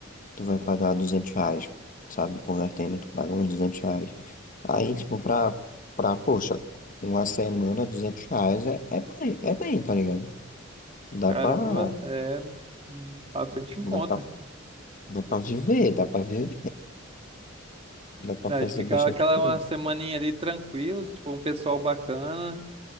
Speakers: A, on the left; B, on the right.
A: tu vai pagar 200 reais, sabe? Convertendo, tu paga uns 200 reais. Aí, tipo, pra, pra, poxa, uma semana, 200 reais é, é bem, é bem, tá ligado? Dá
B: Caramba,
A: pra,
B: é bastante em
A: dá
B: conta.
A: pra, dá pra viver, dá pra viver, dá pra
B: né?
A: fazer
B: De ficar
A: bastante
B: aquela
A: coisa.
B: uma semaninha ali tranquilo, se tipo, um pessoal bacana,